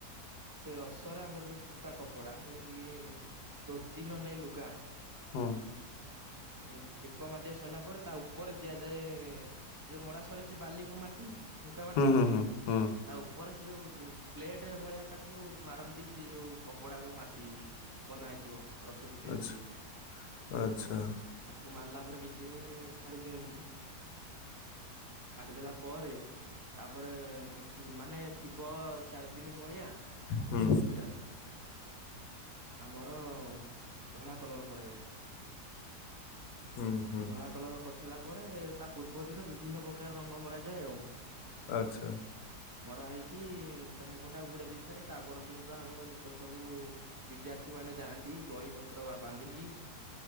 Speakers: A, on the right; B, on the left.
A: ସେ ରସରେ ଆମର ଯୋଉ ସୂତା କପଡା ଯେମିତି କି ଧୋତି ନହେଲେ ନାଇ ଲୁଗା।
B: ହଁ।
A: ଏ ଏକ ମାଟିଆ ସରିଲା ପରେ ତା ଉପରେ ଦିଆଯାଏ ଯୋଉ ମଡା ସେ ବାଲିକୁ ମାଟି ହୁଙ୍କା ମାଟି
B: ହୁଁ ହୁଁ ହୁଁ ହୁଁ ହୁଁ ହୁଁ
A: ତା ଉପରେ ସେ ଯୋଉ ପ୍ଲେଟ୍ ସେ ଭଳିଆ ତାକୁ ମାରନ୍ତି ସେ ଯୋଉ କପଡାକୁ ମାଟି ବନା ହେଇଥିବ। ରସ ଭିତରେ
B: ଆଚ୍ଛା
A: ବୁଡ଼େଇକି।
B: ଆଚ୍ଛା
A: ତାକୁ ମାରିଲା ପରେ କିଛି ଦିନ ଛାଡି ଦିଅନ୍ତି ଛାଡିଦେଲା ପରେ ତାପରେ କିଛି ମାନେ ଥିବ ଚାରି ଦିନ ମଳିଆ
B: ହୁଁ
A: ଗଣେଶ ପୂଜା ଆମର ଧଳା କଲର କରାଯାଏ।
B: ହୁଁ ହୁଁ
A: ଧଳା କଲର କରିସାରିଲା ପରେ ତା ପୂର୍ବ ଦିନ ବିଭିନ୍ନ ପ୍ରକାର ରଙ୍ଗ ମରାଯାଏ ଆଉ
B: ଆଚ୍ଛା
A: ମରା ହେଇକି ତା ମୁହଁଟାକୁ ଘୋଡେଇ ଦେଇଥାଏ ତା ପରଦିନ ତ ଆମର ତ ସବୁ ବିଦ୍ୟା ମୁଁ ମାନେ ଯାଆନ୍ତି ବହି ପତ୍ର ବା ବାନ୍ଧିକି